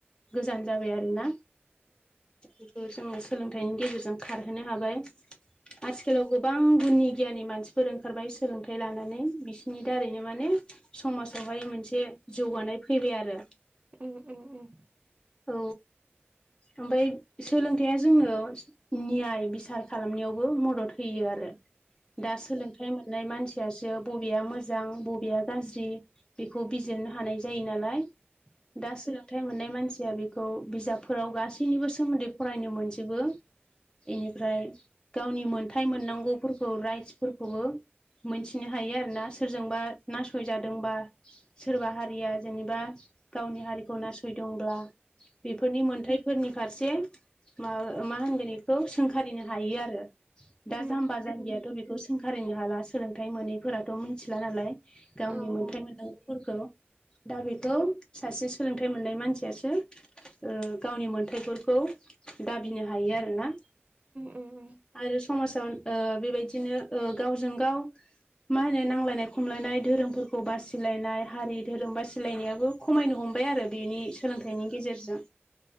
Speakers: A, on the left (about 20°); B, on the right (about 35°).
A: गोजान जाबाय आरोना बेखौ जोङो सोलोंथाइनि गेजेरजों खारहोनो हाबाय आथिखालाव बो गोबां गुननि गियााननि मानसिफोर ओंखारबाय सोलोंथाइ लानानै बिसिनि दारैनो माने समाजाव ओमफाय मोनसे जौगानाय फैबाय आरो
B: उम उम उम
A: औ ओमफाय सोलोंथाइया जोंनो नियाय बिसार खालामनायावबो मदद होयो आरो दा सोलोंथाइ मोननाय मानसियासो बबेया मोजां बबेया गाज्रि बेखौ बिजिरनो हानाय जायो नालाय दा सोलोंथाइ मोननाय मानसि रां बेखौ बिजाबफोराव गासैनिबो सोमोन्दै फरायनो मोनजोबो बेनिफ्राय गावनि मोन्थाय मोननांगौफोरखौ राइटसफोरखौबो मोनथिनो हायो आरोना सोरजोंबा नासयादोंबा सोरबा हारिया जेनेबा गावनि हारिखौ नासयदोंब्ला बेफोरनि मोनथायफोरनि फारसे मा मा होनगोन इखौ सोंखारिनो हायो आरो दा
B: उम
A: जाम्बा जामबियाथ' बे
B: उम
A: बेखौ सोंखारिनो हाला सोलोंथाइ मोनैफोराथ' मिथिला नालाय
B: उम
A: गावनि मोनथाय मोननांगौफोरखौ दा बेखौ सासे सोलोंथाइ मोननाय मानसियासो ओ गावनि मोन्थाइफोरखौ दाबिनो हायो आरोना
B: उम
A: आरो समाजाव ओ बेबायदिनो गावजों गाव मा होनो नांलायनाय खमलायनाय धोरोमफोरखौ बासिलायनाय हारि धोरोम बासिलायनायाबो खमायनो हमो हमबाय आरो बिनि सोलोंथाइनि गेजेरजों